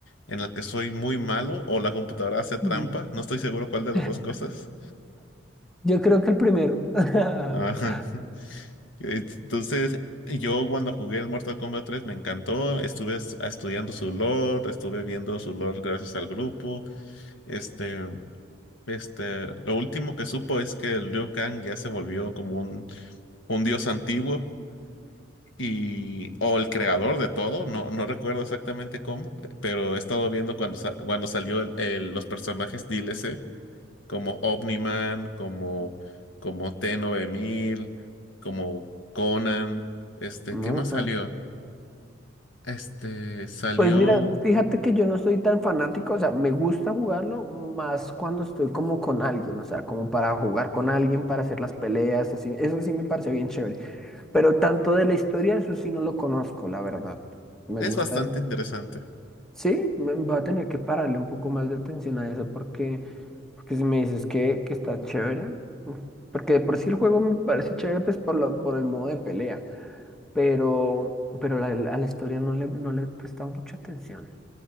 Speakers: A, on the left; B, in the centre.
A: en el que soy muy malo o la computadora hace trampa.
B: Mm.
A: No estoy seguro cuál de las
B: <laughs>
A: dos cosas.
B: Yo creo que el primero. <laughs>
A: <laughs> Ajá. Entonces, yo cuando jugué el Mortal Kombat tres me encantó. Estuve es- estudiando su lore, estuve viendo su lore gracias al grupo. Este, este, lo último que supo es que Liu Kang ya se volvió como un, un dios antiguo. y o el creador de todo, no, no recuerdo exactamente cómo, pero he estado viendo cuando, sa- cuando salió el- el- los personajes DLC, como Omniman, como, como t nueve mil como Conan, este,
B: No,
A: ¿qué más
B: claro.
A: salió? Este, salió...
B: Pues mira, fíjate que yo no soy tan fanático, o sea, me gusta jugarlo más cuando estoy como con alguien, o sea, como para jugar con alguien, para hacer las peleas, así, eso sí me parece bien chévere. Pero tanto de la historia, eso sí no lo conozco, la verdad. Me
A: Es
B: gusta.
A: bastante interesante.
B: Sí, me, voy a tener que pararle un poco más de atención a eso porque, porque si me dices que, que está chévere, porque de por sí el juego me parece chévere, pues por, lo- por el modo de pelea. pero, pero la- a la historia no le, no le he prestado mucha atención.